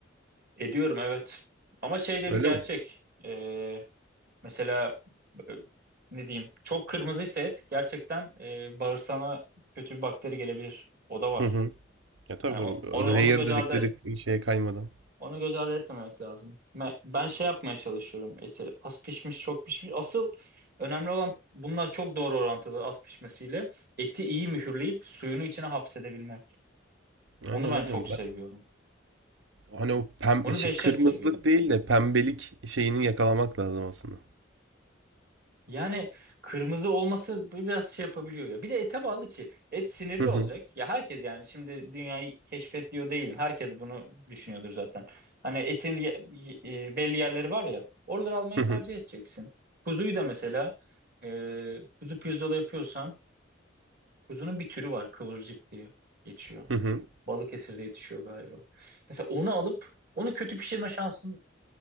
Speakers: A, on the right (about 50°); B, on the right (about 75°).
A: ediyorum evet. Ama şey de
B: Öyle
A: bir gerçek.
B: mi?
A: Ee, mesela e, ne diyeyim? Çok kırmızıysa et gerçekten e, bağırsağına kötü bir bakteri gelebilir. O da var.
B: Hı hı. Ya tabii
A: Yani
B: o
A: o- onu,
B: rare
A: onu göz
B: dedikleri
A: ardı
B: şeye kaymadan.
A: Onu göz ardı etmemek lazım. Me- Ben şey yapmaya çalışıyorum eti. Az pişmiş, çok pişmiş. Asıl önemli olan bunlar çok doğru orantılı az pişmesiyle. Eti iyi mühürleyip suyunu içine hapsedebilmek. Onu
B: Aynen
A: ben
B: aynen.
A: çok seviyorum.
B: Ben, hani o pembe
A: Onu
B: şey
A: dehşet
B: kırmızılık
A: seviyorum.
B: değil de pembelik şeyini yakalamak lazım aslında.
A: Yani kırmızı olması biraz şey yapabiliyor ya. Bir de ete bağlı ki. Et sinirli
B: Hı hı.
A: olacak. Ya herkes yani şimdi dünyayı keşfet diyor değilim. Herkes bunu düşünüyordur zaten. Hani etin ye- ye- e, belli yerleri var ya. Oraları almayı
B: Hı
A: tercih
B: hı.
A: edeceksin. Kuzuyu da mesela e, kuzu pirzola yapıyorsan kuzunun bir türü var kıvırcık diye geçiyor.
B: Hı hı.
A: Balıkesir'de yetişiyor galiba. Mesela onu alıp onu kötü pişirme şansın